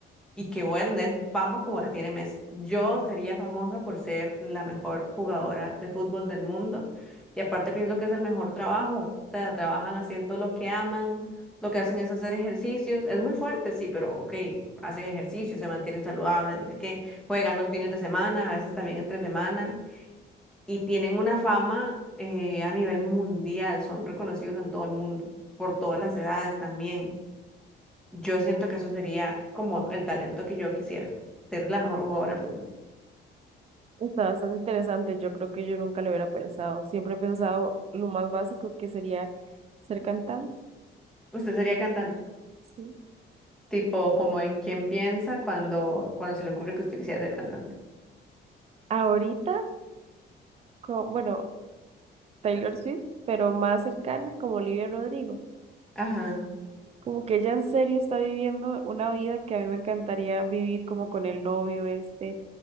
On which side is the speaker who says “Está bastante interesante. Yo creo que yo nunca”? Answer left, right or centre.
Right